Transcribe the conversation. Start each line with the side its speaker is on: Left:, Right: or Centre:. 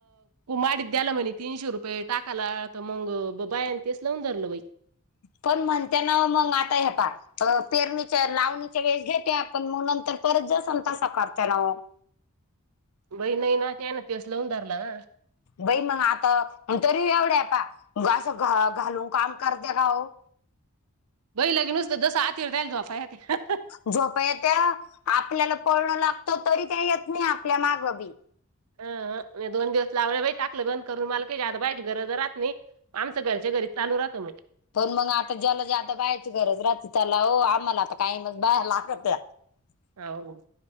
Right: माडीत द्याला म्हनं तीनशे रुपये टाकायला..... तर मग बायांचीच लावून धरलं बघ....
Left: पण म्हणते ना मग आता हे पहा... अ पेरणीच्या लावणीच्या वेळीस घेते आपण म्हणून तर परत जसन तसं काडतय नवं.....
Right: बई नाही ना ते ना दिवस लवून धरला ना....
Left: बई मग आता तरी एवढ्या पा असं घा, घालून काम करत्या का ओ.....
Right: बई लगेच नुसतं जसं आतिल राहायला जाय पाय हं....
Left: झोप त्या आपल्याला पळणं लागत तरी त्या येत नाही. आपल्या माग बी...
Right: अ दोन दिवस लावले बाई टाकलं बंद करून मला का आता बाईट घर राहात नाही.... आमचं घरच्या घरी चालू राहतं मट..
Left: पण मग आता ज्याला जादा बाहायची गरज रात त्याला आम्हाला आता काही मग बाया लागते... <unintelligible>
Right: या औ....